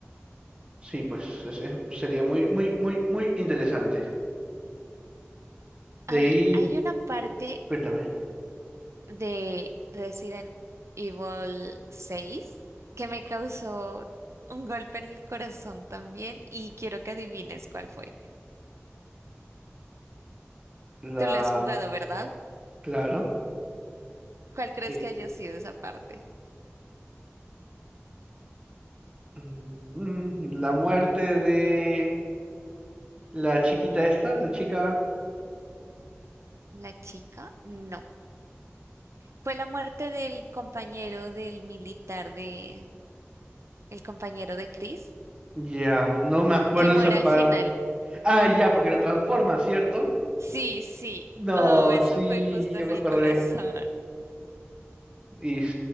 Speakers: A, on the right; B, on the right.
A: sí, pues es- es- sería muy, muy, muy, muy interesante. De
B: Hay,
A: ahí,
B: hay una parte
A: cuéntame.
B: de Resident Evil 6 que me causó un golpe en el corazón también y quiero que adivines cuál fue.
A: La
B: Tú lo has jugado, ¿verdad?
A: Claro.
B: ¿Cuál crees
A: Sí.
B: que haya sido esa parte?
A: Mm, La muerte de la chiquita esta, la chica.
B: ¿La chica? No. Fue la muerte del compañero del militar de... El compañero de Chris.
A: Ya, no me acuerdo
B: Que muera
A: esa parte.
B: al final.
A: Ah, ya, porque lo transforma, ¿cierto?
B: Sí, sí.
A: No,
B: Oh, eso
A: sí,
B: fue justo
A: yo
B: en
A: me
B: el
A: acordé.
B: corazón.
A: Y s-